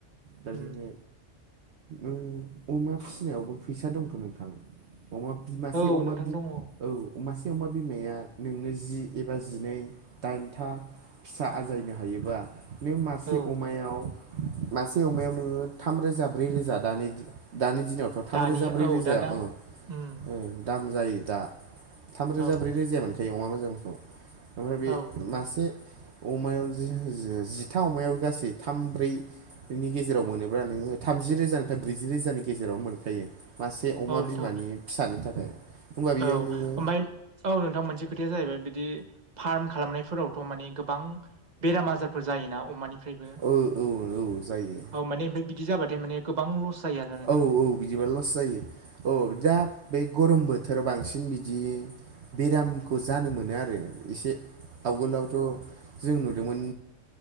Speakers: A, on the right; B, on the right.
A: दा
B: उम
A: जेनि ओ अमा फिनायावबो फैसा दंथ' नोंथां। अमा बिमासे
B: औ
A: अमा
B: नोंथां
A: बि
B: दङ
A: औ अमासे अमा बिमाया नोंनो जि एबा जिनै दाइनथा फिसा आजायनो हायोबा नों मासे
B: औ
A: अमायाव मासे अमायाव नोङो थाम रोजा ब्रै रोजा दानि द-दानि दिनावथ' थामरोजा
B: दानि
A: ब्रै
B: औ
A: रोजायाव
B: दा दा
A: उम
B: उम
A: ओ दाम जायो दा थामरोजा
B: औ
A: ब्रै रोजाय मोनो दायो अमा मोजांफ्राव <unintelligible>
B: <unintelligible>
A: मासे अमायाव जि-जिथा अमायाव गासै थाम ब्रै बेनि गेजेराव मोनोब्ला नोङो थामजि रोजानिफ्राय ब्रैजि रोजानि गेजेरावनो मोनखायो मासे अमा
B: औ नोंथां
A: बिमानि फिसानि थाखाय होमबा बेयाव
B: औ
A: नोङो
B: ओमफाय औ नोंथां मोनसे खोथाया जाहैबाय बिदि फार्म खालामनायफोरावथ' माने गोबां बेराम आजारफोर जायोना अमानि फ्रायबो
A: औ औ औ जायो
B: औ माने बे-बिदी ओमफाय बिदि जाबाथाय माने गोबां लस जायो आरोना नोंथां
A: औ औ बिदिबा लस जायो औ दा बे गरम बोथोराव बांसिन बिदि बेरामखौ जानो मोनो आरो एसे आवगोलावथ' जों नुदोंमोन